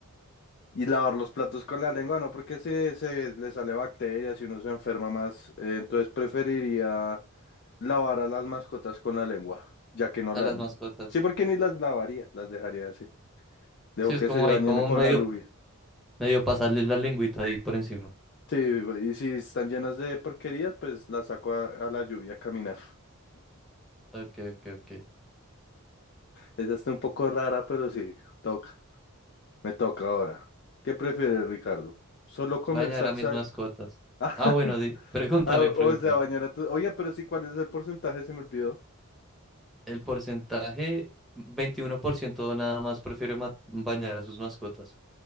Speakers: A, on the left; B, in the centre.
A: y lavar los platos con la lengua, no, porque si se le sale bacterias y uno se enferma más, eh, entonces preferiría lavar a las mascotas con la lengua, ya que no
B: a
A: la...
B: las mascotas.
A: Sí, porque ni las lavaría, las dejaría así. Dejo
B: Sí, es
A: que
B: como
A: se bañen
B: ahí, como
A: con
B: medio,
A: la luz
B: medio pasarle la lengüita ahí por encima.
A: Sí, y si están llenas de porquerías, pues las saco a, a la lluvia a caminar.
B: Ok, ok, ok.
A: Esa está un poco rara, pero sí, toca, me toca ahora. ¿Qué prefieres, Ricardo? ¿Solo comer
B: Bañar
A: salsa?
B: a mis mascotas.
A: <laughs>
B: Ah, bueno, di- <laughs> pregúntame,
A: Ah, o
B: pregúntame.
A: sea, bañar a tu... Oye, pero sí, ¿cuál es el porcentaje? Se me olvidó.
B: El porcentaje, 21% nada más prefiere ma- bañar a sus mascotas.